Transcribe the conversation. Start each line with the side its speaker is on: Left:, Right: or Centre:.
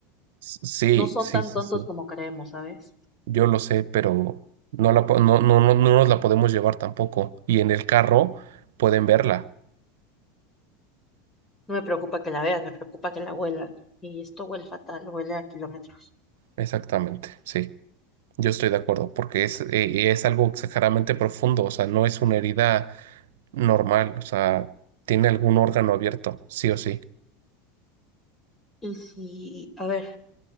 Right: S- Sí,
Left: No son
Right: sí,
Left: tan
Right: sí,
Left: tontos
Right: sí.
Left: como creemos, ¿sabes?
Right: Yo lo sé, pero no la, po- no, no, no, no nos la podemos llevar tampoco. Y en el carro pueden verla.
Left: No me preocupa que la vean, me preocupa que la huelan. Y esto huele fatal, huele a kilómetros.
Right: Exactamente, sí. Yo estoy de acuerdo, porque es, eh, es algo exageradamente profundo, o sea, no es una herida normal, o sea, tiene algún órgano abierto, sí o sí.
Left: Y si, a ver,